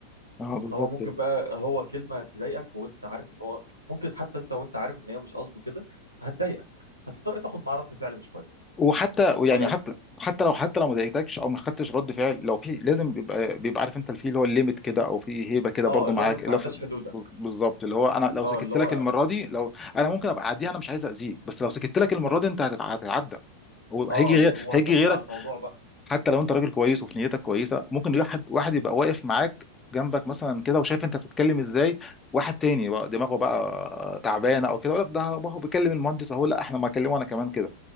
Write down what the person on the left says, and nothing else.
اه بالظبط
وحتى يعني
حتى حتى لو حتى لو ما ضايقتكش او ما خدتش رد فعل لو في لازم بيبقى بيبقى عارف انت في اللي هو الليميت كده او في هيبه كده
برضو
معاك
اللي هو في-
بالظبط اللي هو انا لو
سكت
لك المره دي لو انا ممكن ابقى اعديها انا مش عايز اذيك بس لو سكت لك المره
دي انت هتتع- هتتعدى هو
هيجي غير
هيجي غيرك
حتى لو انت راجل كويس وفي نيتك كويسه ممكن واحد واحد يبقى واقف معاك جنبك مثلا كده وشايف انت بتتكلم ازاي واحد تاني بقى دماغه بقى تعبانه او كده يقول لك ده هو بيكلم المهندس اهو لا احنا ما كلمه انا كمان كده